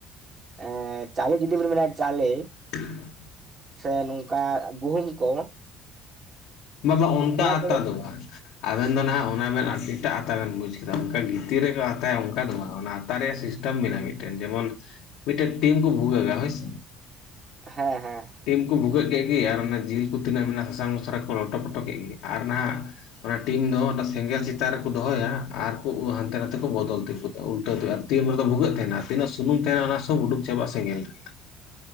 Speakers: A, on the right; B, on the left.
A: ᱮ ᱪᱟᱞᱮ ᱡᱩᱫᱤ ᱵᱤᱱ ᱢᱮᱱᱟ ᱡᱟᱞᱮᱼᱼ
B: <unintelligible>
A: ᱥᱮ ᱱᱚᱝᱠᱟ ᱜᱩᱦᱩᱢ ᱠᱚ ᱾
B: ᱵᱟᱝ ᱵᱟᱝ ᱚᱱᱠᱟ ᱟᱛᱟ
A: ᱠᱚᱫᱚ
B: ᱫᱚ ᱵᱟᱝ, ᱟᱵᱮᱱ ᱫᱚ ᱱᱟᱦᱟᱜ ᱚᱱᱟ ᱟᱛᱟ ᱫᱚ ᱮᱴᱟᱜ ᱟᱛᱟ ᱵᱮᱱ ᱵᱩᱡᱽ ᱠᱮᱫᱟ, ᱟᱨ ᱮᱴᱟᱜ ᱟᱛᱟᱽ ᱵᱮᱱ ᱵᱩᱡᱽ ᱠᱮᱫᱟ, ᱚᱱᱠᱟᱱ ᱜᱤ <unintelligible> ᱾ ᱛᱤ ᱨᱮᱠᱚ ᱟᱛᱟᱭᱟ ᱚᱱᱠᱟ ᱫᱚ ᱵᱟᱝ, ᱚᱱᱟ ᱟᱛᱟ ᱨᱮᱭᱟᱜ ᱜᱤᱥᱼᱼ ᱢᱤᱫᱮᱱ ᱵᱮᱱᱟ ᱢᱤᱫᱴᱮᱱ ᱡᱮᱢᱚᱱ ᱢᱤᱫᱴᱮᱱ ᱴᱤᱢ ᱠᱚ ᱵᱷᱩᱜᱟᱹᱜᱟ ᱦᱳᱭ ᱥᱮᱼᱼ
A: ᱦᱮᱸ ᱦᱮᱸ ᱾
B: ᱴᱤᱢ ᱠᱚ ᱵᱷᱩᱜᱟᱹᱜ ᱠᱮᱫ ᱜᱮ, ᱟᱨ ᱚᱱᱟ ᱡᱤᱞ ᱠᱚ ᱛᱤᱱᱟᱹᱜ ᱢᱮᱱᱟᱜᱼᱟ ᱥᱟᱥᱟᱝ ᱢᱚᱥᱞᱟ ᱠᱚ ᱞᱚᱴᱚ ᱯᱚᱴᱚ ᱠᱮᱫ ᱜᱮ ᱟᱨ ᱱᱟᱦᱟᱜᱼᱼ ᱚᱱᱟ ᱴᱤᱢ ᱫᱚ ᱚᱱᱟ ᱥᱮᱸᱜᱮᱞ ᱪᱮᱛᱟᱱ ᱨᱮᱠᱚ ᱫᱚᱦᱚᱭᱟ, ᱟᱨᱠᱩ ᱦᱟᱱᱛᱮ ᱱᱟᱛᱮ ᱠᱚ ᱵᱚᱫᱚᱞ ᱛᱮᱠᱚᱼᱼ ᱩᱞᱴᱟᱹ ᱫᱚ ᱦᱩᱭᱩᱜᱼᱟ ᱛᱤ ᱨᱮᱫᱚ ᱵᱷᱩᱜᱟᱹᱜ ᱛᱟᱸᱦᱮᱱᱟ ᱛᱤᱱᱟᱹᱜ ᱥᱩᱱᱩᱢ ᱛᱟᱸᱦᱮᱱᱟ ᱚᱱᱟ ᱥᱩᱜ ᱩᱰᱩᱠ ᱪᱟᱵᱟᱜᱼᱟ ᱥᱮᱸᱜᱮᱞ ᱨᱮᱼᱼ